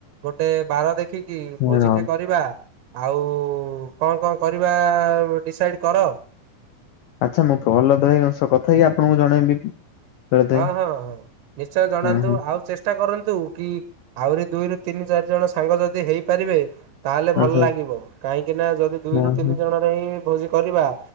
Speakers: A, on the right; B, on the left.
A: ଗୋଟେ ବାର ଦେଖିକି
B: ହୁଁ
A: ଭୋଜିଟେ
B: ର
A: କରିବା। ଆଉ କଣ କଣ କରିବା ଡିସାଇଡ଼୍ କର।
B: ଆଚ୍ଛା ମୁଁ ଫୋନ ଲଗେଇ ତାଙ୍କ ସହ କଥା ହେଇ ଆପଣଙ୍କୁ ଜଣେଇବି। ପ୍ରହ୍ଲାଦ ଭାଇ
A: ହଁ ହଁ ନିଶ୍ଚୟ ଜଣାନ୍ତୁ
B: ହଁ ହଁ
A: ଆଉ ଚେଷ୍ଟା ଚେଷ୍ଟା କରନ୍ତୁ କି ଆହୁରି ଦୁଇରୁ ତିନି, ଚାରି ଜଣ ସାଙ୍ଗ ଯଦି ହେଇପାରିବେ ତା ହେଲେ
B: ଆଚ୍ଛା
A: ଭଲ ଲାଗିବ କାହିଁକିନା ଜଦି ଦୁଇରୁ
B: ହଁ
A: ତିନି
B: ହଁ
A: ଜଣରେ ହିଁ ଭୋଜି କରିବା